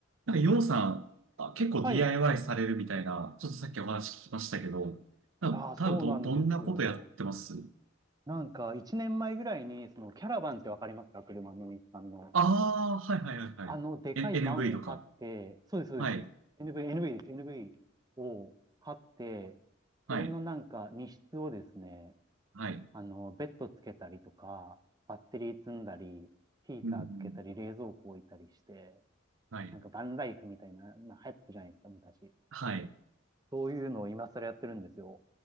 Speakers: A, on the right (about 85°); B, on the right (about 20°).
A: なんか、ようさん、あ、結構
B: はい。
A: DIY されるみたいな、ちょっとさっきお話聞きましたけど、なんか多分ど、
B: ああ、そうなんですよ。
A: どんなことやってます
B: なんか、一年前ぐらいに、その、キャラバンってわかりますか車の日産の。
A: ああー、はいはいはいはい。
B: あの、でかいバンを買って、
A: N、NV とか。
B: そうです、そうです。
A: はい、
B: NV、NV です。NV を買って、
A: はい、
B: それのなんか、荷室をですね、
A: はい。
B: あの、ベッドつけたりとか、バッテリー積んだり、ヒーターつけたり、
A: うん、うん
B: 冷蔵庫置いたりして、
A: はい、
B: なんか、バンライフみたいな、な流行ったじゃないですか、昔。
A: はい。
B: そういうのを今更やってるんですよ。